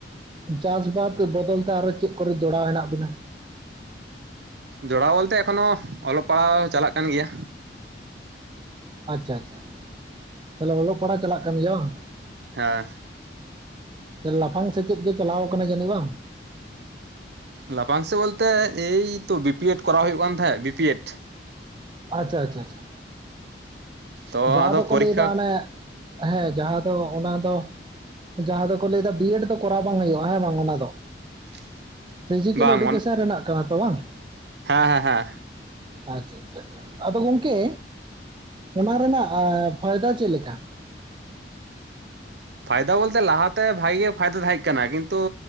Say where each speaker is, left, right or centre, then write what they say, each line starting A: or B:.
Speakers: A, on the right (about 25°); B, on the right (about 65°).
A: ᱪᱟᱥ ᱵᱟᱫ ᱵᱚᱫᱚᱞ ᱛᱮ ᱟᱨᱚ ᱪᱮᱫ ᱠᱚᱨᱮ ᱡᱚᱲᱟᱣ ᱦᱮᱱᱟᱜ ᱵᱤᱱᱟ?
B: ᱡᱚᱲᱟᱣ ᱚᱞᱛᱮ ᱮᱠᱷᱚᱱᱚ ᱚᱞᱚᱜ ᱯᱟᱲᱦᱟᱣ ᱪᱟᱞᱟᱜ ᱠᱟᱱ ᱜᱮᱭᱟ
A: ᱟᱪᱪᱷᱟ ᱟᱪᱪᱷᱟ ᱾ ᱛᱟᱦᱞᱮ ᱚᱞᱚᱜ ᱯᱟᱲᱦᱟᱜ ᱪᱟᱞᱟᱜ ᱠᱟᱱ ᱜᱮᱭᱟ ᱵᱟᱝ?
B: ᱦᱮᱸ ᱾
A: ᱞᱟᱯᱷᱟᱝ ᱥᱮᱪᱮᱫ ᱜᱮ ᱪᱟᱞᱟᱣ ᱟᱠᱟᱱᱟ ᱡᱟᱹᱱᱤᱡ ᱵᱟᱝ?
B: ᱞᱟᱯᱷᱟᱝ ᱥᱮᱫ ᱵᱚᱞᱛᱮ ᱮᱭᱛᱚ ᱵᱤᱯᱤ ᱮᱰ ᱠᱚᱨᱟᱣ ᱦᱩᱭᱩᱜ ᱠᱟᱱ ᱛᱟᱦᱮᱸᱫ ᱵᱤᱯᱤ ᱮᱰ
A: ᱟᱪᱪᱷᱟ ᱟᱪᱪᱷᱟᱷᱟ
B: ᱛᱚ
A: ᱡᱟᱦᱟᱸ
B: ᱟᱫᱚ
A: ᱫᱚᱠᱚ
B: ᱯᱚᱨᱤᱠᱠᱷᱟ
A: ᱞᱟᱹᱭ ᱫᱟ ᱚᱱᱮ ᱦᱮᱸ ᱡᱟᱦᱟᱸ ᱫᱚ ᱚᱱᱟ ᱫᱚ ᱡᱟᱦᱟᱸ ᱫᱚᱠᱚ ᱞᱟᱹᱭ ᱫᱟ ᱵᱤᱭᱮᱰ ᱫᱚ ᱠᱚᱨᱟᱣ ᱵᱟᱝ ᱦᱩᱭᱩᱜᱼᱟ, ᱦᱮᱸ ᱵᱟᱝ ᱚᱱᱟ ᱫᱚ
B: <inaudible>
A: ᱯᱷᱤᱡᱤᱠᱮᱞ
B: ᱵᱟᱝ
A: ᱮᱰᱩᱠᱮᱥᱚᱱ ᱨᱮᱱᱟᱜ ᱠᱟᱱᱟ ᱛᱚ ᱵᱟᱝ?
B: ᱦᱮᱸ ᱦᱮᱸ ᱦᱮᱸ ᱾
A: ᱟᱪᱪᱷᱟ ᱾ ᱟᱫᱚ ᱜᱚᱝᱠᱮ, ᱚᱱᱟ ᱨᱮᱱᱟᱜ ᱯᱷᱟᱭᱫᱟ ᱪᱮᱫ ᱞᱮᱠᱟ?
B: ᱯᱷᱟᱭ ᱫᱟ ᱵᱚᱞᱛᱮ ᱞᱟᱦᱟ ᱛᱮ ᱵᱷᱟᱜᱮ ᱜᱮ ᱯᱷᱟᱭᱫᱟ ᱛᱟᱦᱮᱸ ᱠᱟᱱᱟ, ᱠᱤᱱᱛᱩ